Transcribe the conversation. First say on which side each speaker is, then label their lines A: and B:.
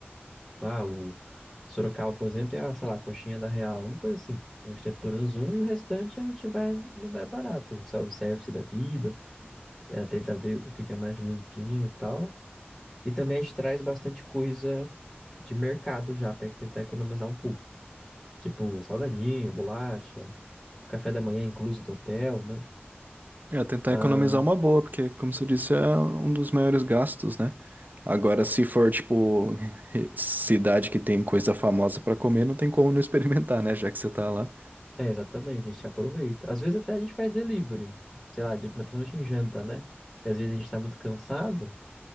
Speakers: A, in the centre; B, on the right.
A: Ah, o Sorocaba, por exemplo, tem a, sei lá, a coxinha da Real, uma coisa assim. A gente tenta pelo menos um e o restante a gente vai no no mais barato, um self-service da vida, é, tenta ver o que que é mais limpinho e tal. E também a gente traz bastante coisa de mercado já, para tentar economizar um pouco. Tipo, salgadinho, bolacha, café da manhã incluso do hotel, né?
B: É, tentar
A: Ah,
B: economizar uma boa, porque, como você disse, é um dos maiores gastos, né? Agora, se for, tipo, <laughs> cidade que tem coisa famosa pra comer, não tem como não experimentar, né? Já que você tá lá.
A: É, exatamente, a gente aproveita. Às vezes até a gente faz delivery, sei lá, de, principalmente em janta, né? Que às vezes a gente tá muito cansado,